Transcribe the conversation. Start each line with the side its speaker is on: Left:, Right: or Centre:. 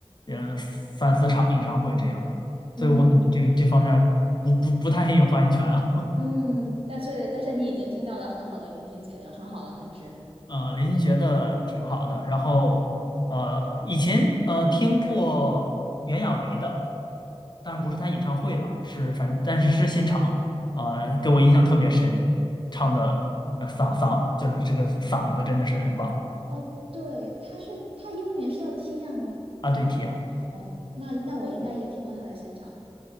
Left: 嗯三四场演唱会这样，
Right: 嗯
Left: 所以我可能这这方面不不不太很有发言权啊。<laughs>
Right: 嗯，但是但是你已经听到了很好的林俊杰的，很好了，很值。
Left: 呃，林俊杰的挺好的。然后呃，以前呃听过袁娅维的，当然不是她演唱会了，是反但是是现场，啊，给我印象特别深，唱的呃嗓嗓就是这个嗓子真的是很棒
Right: 哦，对，他是他英文名是叫 Tia 吗？
Left: 啊，对提啊
Right: 哦，那那我应该也听过他的现场。